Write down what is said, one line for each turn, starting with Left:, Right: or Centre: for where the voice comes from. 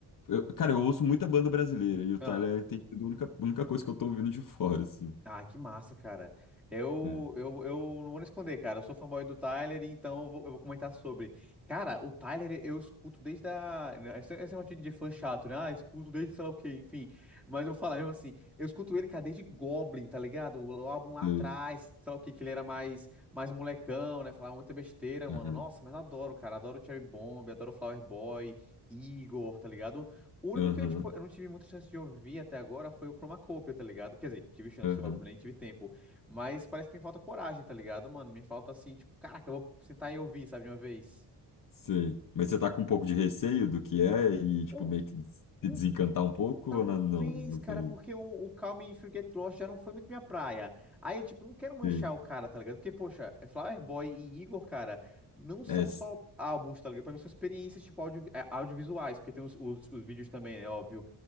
Left: Eu- cara, eu ouço muita banda brasileira e o
Centre: Ah.
Left: Tyler tem sido a única, a única coisa que eu tô ouvindo de fora, assim.
Centre: Ah, que massa, cara. Eu,
Left: É.
Centre: eu, eu não vou nem esconder, cara. Eu sou fanboy do Tyler, então eu vou, eu vou comentar sobre. Cara, o Tyler eu escuto desde a. né, Esse esse negócio de de fã chato, né? Ah, escuto desde sei lá o quê, enfim. Mas eu vou falar mesmo assim. Eu escuto ele, cara, desde Goblin, tá ligado? O, o álbum lá
Left: Sei.
Centre: atrás, sei lá o quê, que ele era mais, mais um molecão, né? Falava muita besteira, mano.
Left: Aham.
Centre: Nossa, mas eu adoro, cara. Adoro Cherry Bomb, adoro Flower Boy, Igor, tá ligado? O único
Left: Aham.
Centre: que eu, tipo, eu não tive muita chance de ouvir até agora foi o Chromacopia, tá ligado? Quer dizer, tive chance,
Left: Aham.
Centre: óbvio, né? E tive tempo. Mas parece que me falta coragem, tá ligado, mano? Me falta assim, tipo, caraca, eu vou sentar e ouvir, sabe, de uma vez.
Left: Sei. Mas você tá com um pouco de receio do que é e, tipo,
Centre: Um-
Left: meio que se
Centre: um
Left: desencantar um pouco
Centre: Talvez,
Left: ou não? Não, não
Centre: cara,
Left: foi.
Centre: porque o, o Call Me If You Get Lost já não foi muito minha praia. Aí, tipo, não quero manchar
Left: Sei.
Centre: o cara, tá ligado? Porque, poxa, é Flower Boy e Igor, cara, não são
Left: É.
Centre: só álbuns, tá ligado? Pra mim são experiências, tipo, audio, eh, audiovisuais, porque tem os, os, os vídeos também, é óbvio.